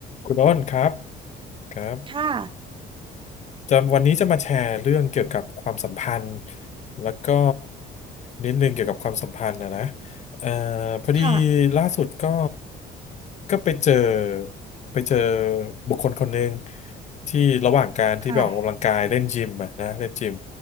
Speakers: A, on the left; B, on the right.
A: คุณอ้นครับครับ
B: ค่ะ
A: จะวันนี้จะมาแชร์เรื่องเกี่ยวกับความสัมพันธ์แล้วก็นิดนึงเกี่ยวกับความสัมพันธ์นะนะเอ่อพอดี
B: ค่ะ
A: ล่าสุดก็ก็ไปเจอไปเจอบุคคลคนหนึ่งที่ระหว่างการที่ไปออกกำลังกายเล่นยิมอะนะเล่นยิม
B: ค่ะ